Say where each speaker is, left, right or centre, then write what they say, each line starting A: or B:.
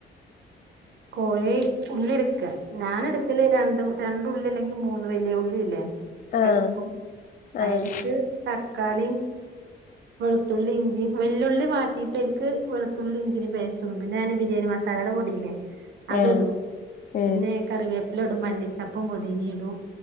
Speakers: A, on the right (about 65°); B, on the left (about 45°).
A: കോഴി ഉള്ളി എടുക്കാ ഞാന് എടുക്കല് രണ്ട് രണ്ടുള്ളി അല്ലെങ്കിൽ മൂന്ന് വലിയ ഉള്ളില്ലേ
B: ആഹ്
A: എടുക്കും അയ്ൽക്ക്
B: ആഹ്
A: തക്കാളിയും വെളുത്തുള്ളി ഇഞ്ചി വെല്ലുള്ളി മാറ്റിയിട്ട് അയ്ക്ക് വെളുത്തുള്ളി ഇഞ്ചിടെയും പേസ്റ്റ് ഇടും പിന്നെ ഞാൻ ബിരിയാണി മസാല <unintelligible> പൊടിയില്ലേ അത്
B: ആഹ്
A: ഇടും
B: ഉം
A: പിന്നെ കറിവേപ്പില ഇടും മല്ലിച്ചെപ്പ് പൊതിന ഇടും